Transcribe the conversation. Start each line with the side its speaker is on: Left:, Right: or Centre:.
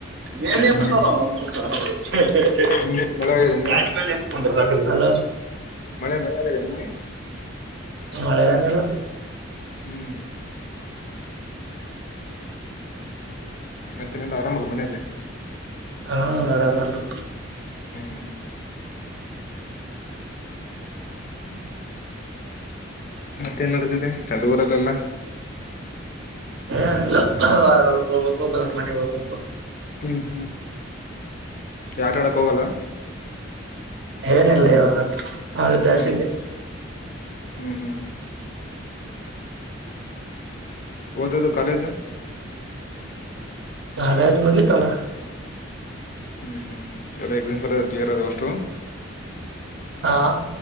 Right: ಮೇಲೆ
Left: ಹ್ಮ್
Right: ಬರ್ತಾವ <unintelligible>
Left: ನಿನ್ನೆ ಮಳೆ ಆಗಿದೆ ನಿನ್ನೆ
Right: ಗಾಡಿ ಮೇಲೆ ಹೆಂಗ್ ಕುಂದಿರಬೇಕ. ಇದಲಾ
Left: ಮಳೆ ಮಳೆ ಆಗಿದೆ ನಿನ್ನೆ.
Right: ಮಳೆ ಏನಿಲ್ಲ.
Left: ಹ್ಮ್ ಮತ್ತನ ಎಲ್ಲ ಆರಾಮಲ್ಲ ಮನೆಯಲ್ಲಿ.
Right: ಹಾ ಆರಾಮ ಎಲ್ರೂ.
Left: ಹ್ಮ್ ಹ್ಮು ಮತ್ತೆೇನ್ ನಡೆದಿದೆ ಅಲ್ಲಿ ಊರಲ್ಲೆಲ್ಲ
Right: ಏ ಇಲ್ಲ ಹೋದರ ಹೊಲಕ್ಕ ಹೋಗ್ಬೇಕು ಬಂದರ ಮನೆ ಹೋಗ್ಬೇಕು
Left: ಹ್ಮ್ ಹ್ಮ್ ಆಟ ಆಡಕ್ ಹೋಗಲ್ಲ
Right: ಏನಿಲ್ಲ ಯಾವಾಗ ಬಹಳ ಬ್ಯಾಸಿಗ್ಗೆ
Left: ಹ್ಮ್ ಹ್ಮ್ ಹ್ಮ್ ಓದದು ಕಾಲೇಜು
Right: ಕಾಲೇಜು ಮುಗಿತಲ್ಲ
Left: ಹ್ಮ್ ಹ್ಮ್ ಎಲ್ಲ ಎಕ್ಸಾಮ್ಸ್ ಎಲ್ಲ ಕ್ಲಿಯರ್ ಆದವು ಅಷ್ಟು
Right: ಹಾ